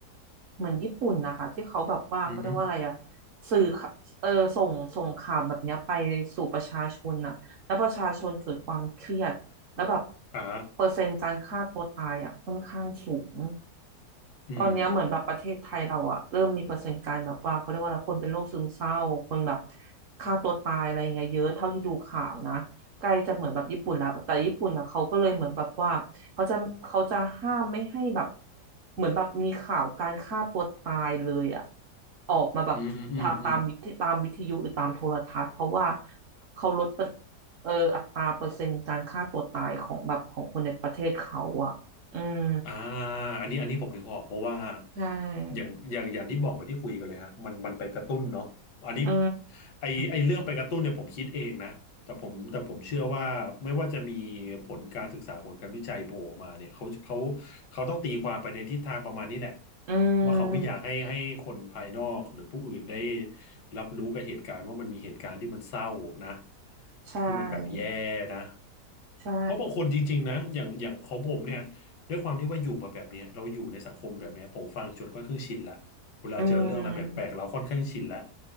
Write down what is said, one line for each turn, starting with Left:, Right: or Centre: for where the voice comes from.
Right: เหมือนญี่ปุ่นนะคะที่เขาแบบว่าเขาเรียกว่าอะไรอ่ะ
Left: อือฮึ
Right: สื่อข่าเออส่งส่งข่าวแบบเนี้ยไปสู่ประชาชนนะแล้วประชาชนเกิดความเครียด แล้วแบบ
Left: อ่า
Right: เปอร์เซ็นต์การฆ่าตัวตายอ่ะค่อนข้างสูง
Left: อืม
Right: ตอนเนี้ยเหมือนแบบประเทศไทยเราอ่ะเริ่มมีเปอร์เซ็นต์การแบบว่าเขาเรียกว่าอะไรคนเป็นโรคซึมเศร้าคนแบบฆ่าตัวตายอะไรอย่างเงี้ยเยอะเท่าที่ดูข่าวนะ ไกลจะเหมือนแบบญี่ปุ่นแล้วแต่ญี่ปุ่นนะเขาก็เลยเหมือนแบบว่าเขาจะเขาจะห้ามไม่ให้แบบเหมือนแบบมีข่าวการฆ่าตัวตายเลยอ่ะออกมาแบบทาตามวิทตามวิทยุหรือตามโทรทัศน์เพราะว่า
Left: อืมอืมอืม
Right: เขาลดเปอร์เอออัตราเปอร์เซ็นต์การฆ่าตัวตายของแบบของคนในประเทศเขาอ่ะอืม
Left: อ่าอันนี้อันนี้ผมนึกออกเพราะว่า
Right: ใช่
Left: อย่างอย่างอย่างที่บอกเหมาที่คุยกันเลยฮะมันมันไปกระตุ้นเนาะอันนี้
Right: อื
Left: ไอไอเรื่องไปกระตุ้นเนี่ยผมคิดเองนะแต่ผมแต่ผมเชื่อว่าไม่ว่าจะมี
Right: ม
Left: ผลการศึกษาผลการวิจัยโผล่ออกมาเนี่ยเขาเขาเขาต้องตีความไปในทิศทางประมาณนี้แหละ
Right: อื
Left: ว่าเขาไม่อยากให้ให้คนภายนอกหรือผู้อื่นได้
Right: ม
Left: รับรู้กับเหตุการณ์ว่ามันมีเหตุการณ์ที่มันเศร้านะ
Right: ใช่
Left: ที่มันแบบแย่นะ
Right: ใช่
Left: เพราะบางคนจริงๆนะอย่างอย่างของผมเนี่ย ด้วยความที่ว่าอยู่มาแบบเนี้ยเราอยู่ในสังคมแบบเนี้ยผมฟังจนค่อนข้างชินละเวลาเจอเรื่องอะไรแปลกๆเราค่อนข้างชินละ
Right: อืม